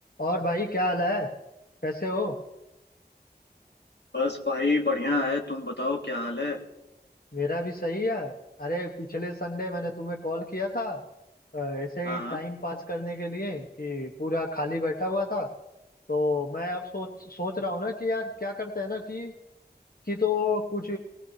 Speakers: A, on the left; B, on the left.
A: और भाई क्या हाल है कैसे हो
B: बस भाई बढ़िया है तुम बताओ क्या हाल है
A: मेरा भी सही है अरे पिछले संडे मैंने तुम्हें कॉल किया था अ, ऐसे
B: हाँ
A: ही टाइम
B: हाँ
A: पास करने के लिए कि पूरा खाली बैठा हुआ था तो मैं अब सोच सोच रहा हूँ ना कि यार क्या करते हैं ना कि कि तो कुछ